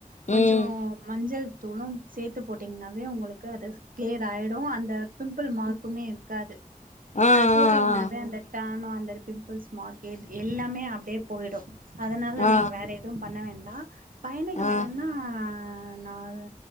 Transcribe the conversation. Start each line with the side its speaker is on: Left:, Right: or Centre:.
Right: கொஞ்சோ
Left: ம்
Right: மஞ்சள் தூளும் சேத்து போட்டீங்னாவே உங்களுக்கு அது கிளியர் ஆயிடு அந்த பிம்புள் மார்க்குமே இருக்காது
Left: ஆ
Right: அதப் போட்டிங்னாவே
Left: ஆ
Right: அந்தட் டானு அந்தரு பிம்புள்ஸ் மார்க்கே எல்லாமே அப்டியே போயிடு அதனால
Left: ஆ
Right: நீ வேற எ தும் பண்ண வேண்டா பையனுக்கு
Left: ஆ
Right: வேணுன்னா
Left: ஆ
Right: நா அது